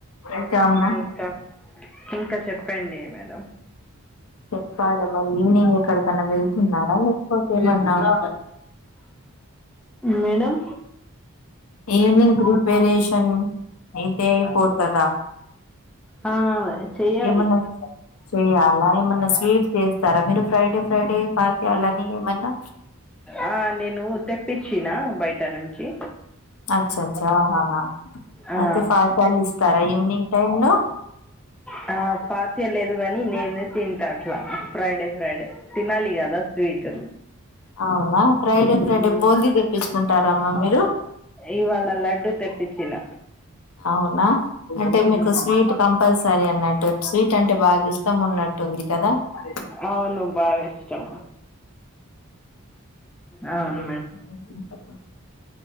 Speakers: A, on the left (about 80°); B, in the centre.
A: ఇంకా అమ్మ
B: ఉ ఇంకా ఇంకా చెప్పండి మేడం
A: చెప్పాలి మరి ఈవినింగ్ ఎక్కడకన్నా వెళ్తున్నారా లేకపోతే ఎళన్నా <inaudible>
B: మేడం
A: ఈవినింగ్ ప్రిపరేషన్ అయితే అయిపోతారా
B: ఆ చెయ్యాలి
A: ఏమన్నా చేయాలా ఏమన్నా స్వీట్ చేస్తారా మీరు ఫ్రైడే ఫ్రైడే పాత్యాలని ఏమన్నా
B: ఆ నేను తెప్పించిన బయట నుంచి
A: అచ్చ అచ్చాహాహా
B: ఆ
A: అయితే ఫాతియాలు ఇస్తారా ఈవినింగ్ టైం లో
B: ఆ తెలేదు కానీ నేను తింటా అట్లా ఫ్రైడే ఫ్రైడే తినాలి కదా స్వీట్
A: అవునా ఫ్రైడే ఫ్రైడే
B: మ్మ్.
A: బూందీ తెప్పించుకుంటారా అమ్మా మీరు
B: ఇవాళ లడ్డుూ తెప్పించిన
A: అవునా అంటే మీకు
B: మ్మ్.
A: స్వీట్ కంపల్సరీ అన్నట్టు స్వీట్ అంటే బాగా ఇష్టం ఉన్నట్టు ఉంది కదా అ
B: అవును బాగా ఇష్టం అవును
A: చెప్ప